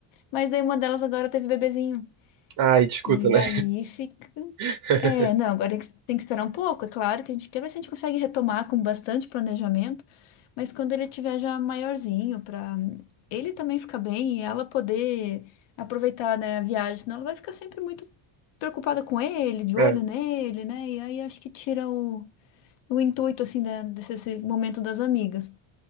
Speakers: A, on the left (about 65°); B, on the right (about 50°).
A: Mas daí uma delas agora teve bebezinho.
B: Ai, discuta,
A: E
B: né?
A: aí fica.
B: <laughs>
A: É, não, agora tem que tem que esperar um pouco, é claro que a gente quer ver se a gente consegue retomar com bastante planejamento, mas quando ele tiver já maiorzinho, para ele também ficar bem e ela poder aproveitar, né, a viagem, senão ela vai ficar sempre muito preocupada com ele, de olho
B: É,
A: nele, né? E aí acho que tira o, o intuito, assim, da- desse esse momento das amigas.